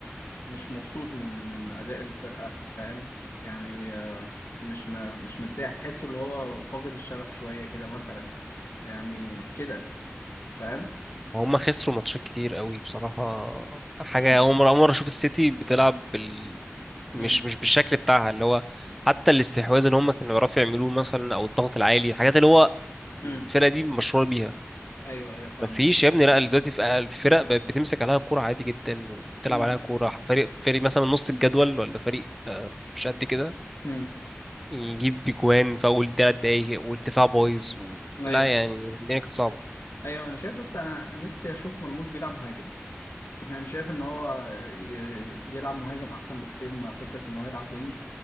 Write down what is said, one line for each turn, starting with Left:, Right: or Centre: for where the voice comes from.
Left: مش مبسوط من من اداء الفرقه فاهم يعني آه، مش م... مش مرتاح تحسه اللي هو فاقد الشغف شويه كده مثلا يعني كده فاهم
Centre: وهم خسروا ماتشات كتير قوي بصراحة حاجة
Left: امم
Centre: أول مرة أول مرة أشوف السيتي بتلعب بال... مش
Left: امم
Centre: مش بالشكل بتاعها اللي هو حتى الاستحواذ اللي هم كانوا بيعرفوا يعملوه مثلا أو الضغط العالي الحاجات اللي هو
Left: امم
Centre: الفرقة دي مشهورة بيها
Left: ايوه ايوه فاهمك
Centre: مفيش يا ابني لا دلوقتي في الفرق بقت بتمسك عليها كورة عادي جدا وبتلعب
Left: امم
Centre: عليها كورة فريق فريق مثلا من نص الجدول ولا فريق آه، مش قد كده
Left: امم
Centre: يجيب بجوان في أول تلات دقايق والدفاع بايظ و...
Left: ايوه
Centre: لا يعني الدنيا كانت صعبة
Left: ايوه انا شايف بس انا نفسي اشوف مرموش بيلعب مهاجم يعني شايف ان هو ي- يلعب مهاجم احسن بكتير مع فكره ان هو يلعب وينج